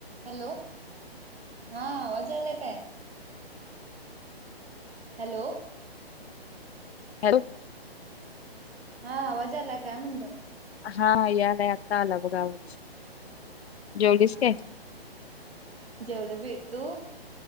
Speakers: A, on the right (about 70°); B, on the left (about 80°).
A: Hello. हा आवाज यायलाय काय? हॅलो.
B: हॅलो.
A: हा आवाज यायलाय काय म्हणलं?
B: हा यालाय आता आला बघ आवाज. जेवलीस
A: हा
B: काय
A: हा जेवले बी. तू?